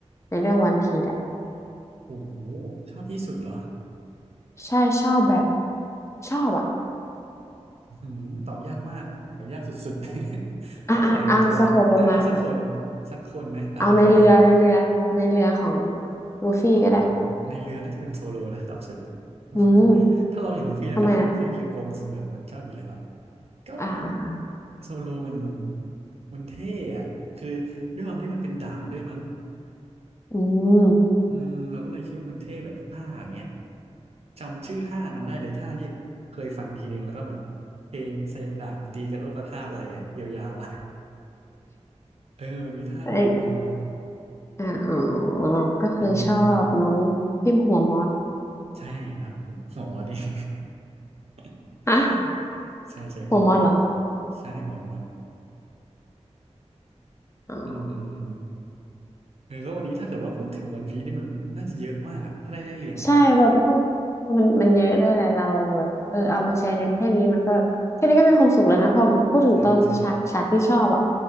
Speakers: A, on the left (about 25°); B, on the right (about 60°).
A: ในเรื่องวันพีซอะ
B: โอ้โหชอบที่สุดเหรอ
A: ใช่ชอบแบบชอบอะ
B: อืมตอบยากมากตอบยากสุดๆ <laughs>
A: อ่ะอ่ะเอาสโคปลงมา
B: ชอบหลายตัวแต่เอาสักคนสักคนไหมอ่าสักคนนะ
A: เอาในเรือในเรือในเรือของลูฟี่ก็ได้
B: อ๋อในเรือน่าจะเป็นโซโลนะชอบสุด <laughs>
A: อืม
B: ถ้าเราอยู่ลูฟี่แล้วกันลูฟี่คือโกงแบบมันชอบอยู่แล้วอะ
A: ทำไมอ่ะ
B: ก็
A: อ่า
B: โซโลมันมันเท่อะคือด้วยความที่มันเป็นดาบด้วยมั้ง
A: อืม
B: อืมเราก็เลยคิดว่ามันเท่แบบท่าอย่างเงี้ยจำชื่อท่านั้นได้เลยท่าที่เคยฟังทีนึงแล้วก็แบบเพลงแสดงดาบตีกันโลกธาตุอะไรอะยาวๆอะเออมันมีท่าหนึ่งยาวๆอะ
A: เอยอ่าอ๋อก็คือชอบน้องพิมพ์หัวมอส
B: อืม ใช่นะผม <laughs> หัวมอสเอง <laughs>
A: ฮะ
B: ใช่ใช่หัวมอส
A: หัวมอสเหรอ
B: ใช่หัวมอส
A: อ๋อ
B: อืมอืมอืมเออก็วันนี้ถ้าเกิดว่าพูดถึงวันพีซนี่มันน่าจะเยอะมากถ้าได้ไล่เรียงอ่ะ
A: ใช่แบบพวกมันมันเยอะด้วยแหละเราแบบเออเอามาแชร์กันแค่นี้มันก็แบบแค่นี้ก็มีความสุขแล้วนะพอแบบพูดถึงตอนฉากฉากที่ชอบอ่ะ
B: ใช่ใช่